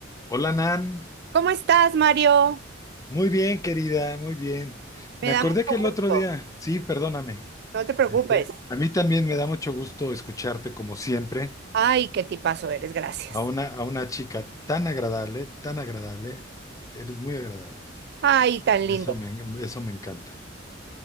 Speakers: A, on the left (about 15°); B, on the right (about 60°).
A: Hola Nan,
B: ¿Cómo estás, Mario?
A: muy bien querida, muy bien. Me
B: Me da
A: acordé
B: mucho
A: que el
B: gusto.
A: otro día, sí, perdóname.
B: No te preocupes.
A: Este, a mí también me da mucho gusto escucharte como siempre,
B: Ay, qué tipazo eres, gracias.
A: a una, a una chica tan agradable, tan agradable. Eres muy agradable.
B: Ay, tan
A: y
B: lindo.
A: Eso me, eso me encanta.